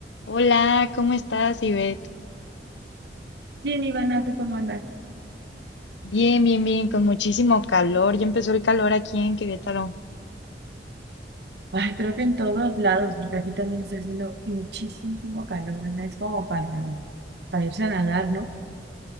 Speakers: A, on the left; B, on the right.
A: Hola, ¿cómo estás, Ivette?
B: Bien, Ivana, ¿tú cómo andas?
A: Bien, bien, bien, con muchísimo calor. Ya empezó el calor aquí en Querétaro.
B: Ay, creo que en todos lados, porque aquí también está haciendo muchísimo calor, ¿no? Es como para, para irse a nadar, ¿no?